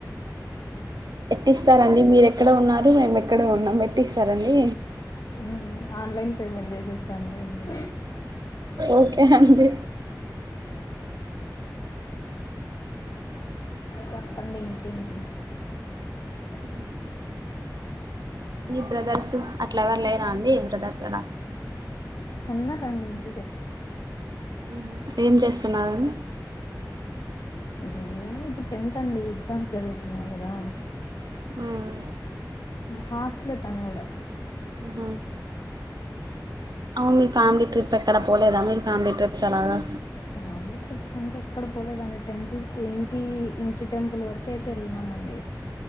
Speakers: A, on the right; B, on the left.
A: ఇప్పిస్తారండి మీరెక్కడ ఉన్నారు మేము ఇక్కడ ఉన్నాం పెట్టిస్తారండి
B: ఉమ్ ఆన్లైన్ పేమెంట్ చేస తను లెండి
A: ఓకే అండి
B: చెప్పండి ఇంకేంటి
A: ఉ మీ బ్రదర్సు అట్లా ఎవరు లేరా అండి ఇంటి దగ్గర
B: ఉన్నారండి ఇంట్
A: ఉహు ఏం చెస్ తున్నారు
B: ఇమి ఇప్పుడు టెన్త్ అండి ఎగ్జామ్స్ జరుగుతున్నాయి కదా
A: ఉమ్
B: హాస్టట్లే తను కూడా
A: అహ అవును మీ ఫ్యామిలీ ట్రిప్ ఎక్కడ పోలేదా మీ ఫ్యామిలీ ట్రిప్స్ అలాగా
B: ఫామిలీ ట్రిప్స్ అంటే. అక్కడ పోలేదండి టెంపుల్స్ కి ఇంటి ఇంటి టెంపుల్ వరకయితే వెల్లినం అండి.